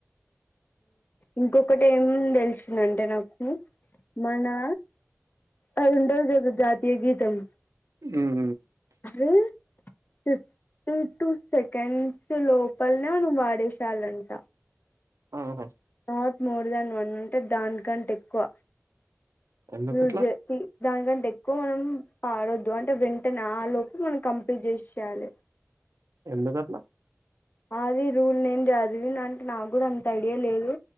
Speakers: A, on the left (about 40°); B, on the right (about 80°).
A: ఇంకొకటి ఏం ఉండేది మన్నంటే నాకు మండదా అది ఉంటది కదా జా ఇ గీతం
B: ఉం
A: రే ఫిఫ్టీ టు సెకండ్స్ లోపలనే మనం వాడేషెయాలంట
B: ఆహా
A: నాట్ మోర్ దెన్ వన్ అంటే దానికంటే ఎక్కువ
B: ఎందుకట్లా
A: యూస్ తి దాని కంటే ఎక్కువ మనం పాడొద్దు అంటే వెంటనే ఆ లోపు మనం కంపిల్ చేసేయాలే
B: ఎందుకట్లా
A: అది రూల్ నేను చదివి అంటే నాకు కూడా అంత ఐడియా లేదు